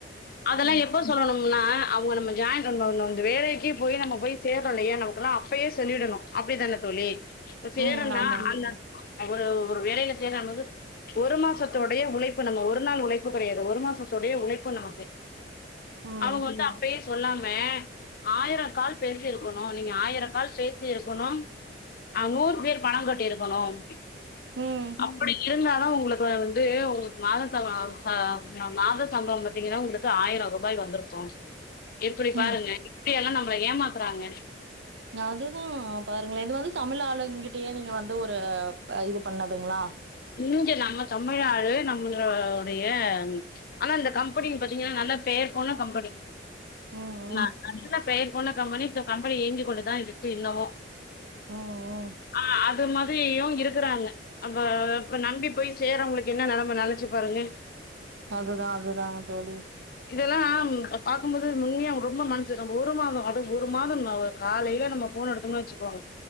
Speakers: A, on the left; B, on the right.
A: அதெல்லா
B: ம்
A: எப் எப்ப சொல்லணும்னா அவுங்க நம்ம ஜாயின் கொங் கொங் கொங் வேலைக்கே போய் நம்ம போய் சேர்றோ இல்லயா நமக்குல்லா அப்பயே சொல்லிடணு அப்டிதானே தோழி இப்ப சேறன்னா
B: ம் ஆமா
A: அல்ல அவ ஒரு வேலயில சேரானது ஒரு மாசத்தோடைய உழைப்பு நம்ம ஒரு நாள் உழைப்பு கொறையது ஒரு மாசதோடைய உழைப்பு நமக்கு
B: ம்
A: அவுங்க வந்து அப்பயே சொல்லாம ஆயிரங்கால் பேசிருக்கணு நீங்க ஆயிரங் கால் பேசி இருக்குணும் அ நூறு பேர் பணம் கட்டிருக்கணும்
B: ம்
A: அப்டி இருந்தாதா ஒங்குளுக்கு வந்து ஒங்குளுக்கு மாத சம் ச மாத சம்பளம் பத்தீங்கன்னா ஒங்க ளுக்கு ஆயிரம் ரூபாய் வந்துருக்கும் எப்டி
B: ம்
A: பாருங்க இப்பிடியெல்லா நம்பள ஏமாத்துறாங்க
B: அதுதான் பாருங்களே இது வந்து தமிழ் ஆளுங்கிட்டயே நீங்க வந்து ஒரு இது பண்ணதுங்களா
A: இங்க நம்ம தமிழ்நாடு நம்மளோடைய ஆனா இந்த கம்பெனின் பத்தீங்கன்னா நல்ல பேர் போன கம்பெனி
B: ம் ம்
A: ந நல்ல பெயர் போன கம்பெனி இப்ப கம்பெனி இயங்கிக் கொண்டுதா இருக்கு இன்னமு
B: ம் ம்
A: அ அது மாதிரியு இருக்குறாங்க அப்ப அப்ப நம்பி போய் சேர்ரவுங்களுக்கு என்ன நெலம நெனச்சு பாருங்க
B: அதுதா அதுதா தோழி
A: இதலாம் பாக்கும்போது உண்மையா ரொம்ப மனசுக் ஒரு மாதம் அது ஒரு மாதம் ந காலைல நம்ம ஃபோன் எடுத்தோம்னு வச்சுக்கோங்க